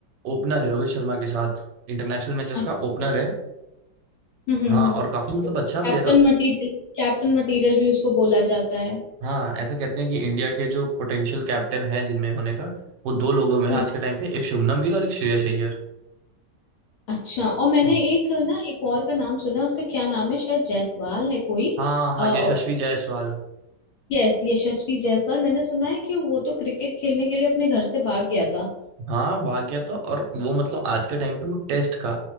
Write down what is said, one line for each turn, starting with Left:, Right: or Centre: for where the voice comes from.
Right: ओपनर है रोहित शर्मा के साथ इंटरनेशनल मैचेस
Left: अ-
Right: का ओपनर है
Left: हम्म हम्म
Right: हाँ और काफी मतलब अच्छा प्लेयर
Left: कैप्टन
Right: है
Left: मटेरियल कैप्टन मटेरियल भी उसको बोला जाता है
Right: हाँ ऐसा कहते हैं कि इंडिया के जो पोटेंशियल कैप्टन है जिनमें होने का वो दो लोगों में है
Left: हम्म
Right: आज के टाइम पे एक शुभनम गिल और एक श्रेयस अय्यर
Left: अच्छा और मैंने
Right: हाँ
Left: एक ना एक और का नाम सुना उसका क्या नाम है शायद जायसवाल है कोई
Right: हाँ हाँ
Left: अ, और
Right: यशस्वी जायसवाल
Left: यस यशस्वी जायसवाल मैंने सुना है कि वो तो क्रिकेट खेलने के लिए अपने घर से भाग गया था
Right: हाँ भाग गया था और वो मतलब आज के टाइम पे वो टेस्ट का